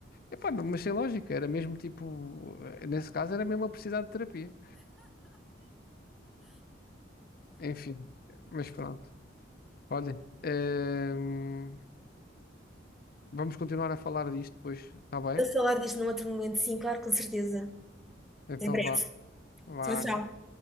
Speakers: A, on the left; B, in the centre.
A: Epá, não, mas sem lógica, era mesmo tipo, eh, nesse caso era mesmo a precisar de terapia. Eh, enfim, mas pronto. Olha, ehm, vamos continuar a falar disto depois, está bem?
B: A falar disto num outro momento, sim, claro, com certeza.
A: Então
B: Até breve.
A: vá, vá.
B: Tchau, tchau.